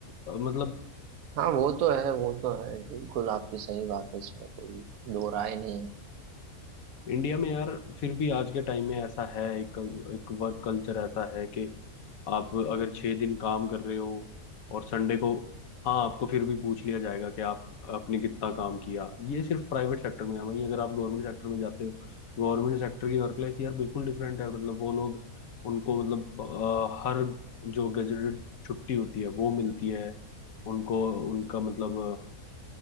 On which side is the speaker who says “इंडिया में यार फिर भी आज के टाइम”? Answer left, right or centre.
Left